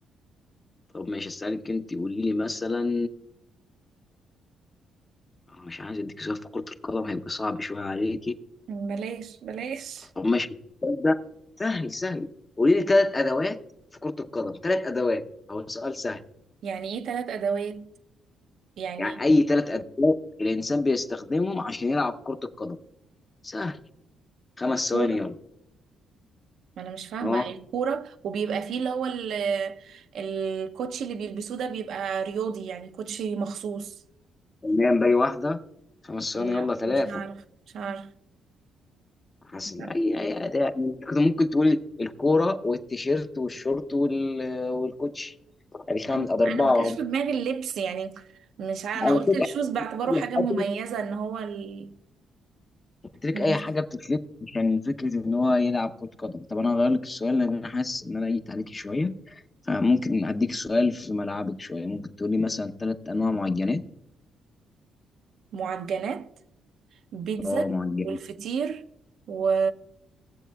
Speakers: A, on the left (about 25°); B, on the right (about 70°).
A: طب ماشي أسألك أنت قولي لي مثلا أنا مش عايز أديك سؤال في كرة القدم هيبقى صعب شوية عليك
B: بلاش بلاش
A: طب ماشي السؤال ده سهل سهل قولي لي ثلاث ادوات في كرة القدم ثلاث ادوات هو سؤال سهل
B: يعني إيه تلات أدوات يعني
A: يعني اي ثلاث ادوات الانسان بيستخدمهم عشان يلعب كرة القدم سهل خمس ثواني
B: كورة
A: يلا
B: ما انا مش فاهمه
A: اه
B: يعني الكوره وبيبقى فيه اللي هو ال- الكوتشي اللي بيلبسوه ده بيبقى رياضي يعني كوتشي مخصوص
A: تمام باقي واحدة خمس ثواني
B: لا
A: يلا ثلاثة
B: مش عارف مش عارف
A: حسن
B: لا
A: اي اي أداة. يعني كنت ممكن تقولي الكورة والتيشيرت والشورت وال... والكوتش ادي خمس
B: آه،
A: ادي اربعة
B: انا ما جاش
A: اهم.
B: في دماغي اللبس يعني مش عارف انا
A: على
B: قلت
A: فكرة
B: الشوز باعتباره
A: اي
B: حاجه
A: حاجة
B: مميزه ان هو ال...
A: قلت لك
B: ماشي.
A: اي حاجه بتتلف عشان فكره ان هو يلعب كره قدم طب انا هغير لك السؤال لان انا حاسس ان انا جيت عليك شويه فممكن اديك سؤال في ملعبك شويه ممكن تقولي مثلا ثلاث انواع معجنات
B: معجنات بيتزا
A: اه معجنات
B: والفطير و